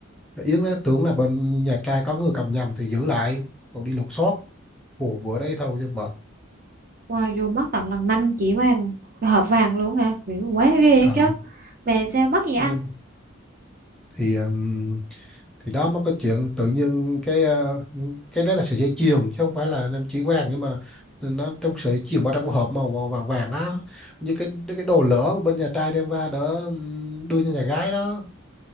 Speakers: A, in the centre; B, on the right.
A: Yến á, tưởng là bên nhà trai có người cầm nhầm thì giữ lại rồi đi lục soát của bữa đấy thôi cho mệt
B: wow, dù mất tận lần 5 chỉ vàng, cái hộp vàng luôn hả? Mày quá ghê ấy
A: Ờ,
B: chứ. Mẹ sao mất vậy
A: nên
B: anh?
A: thì ừm, thì đó mới có chuyện tự nhiên cái ờ, cái đấy là sợi dây chuyền chứ không phải là nam chỉ vàng nhưng mà nó trong sợi chuyền bao trong cái hộp màu, màu vàng vàng á như cái cái đồ lỡ bên nhà trai đem ra đỡ ừm, đưa cho nhà gái đó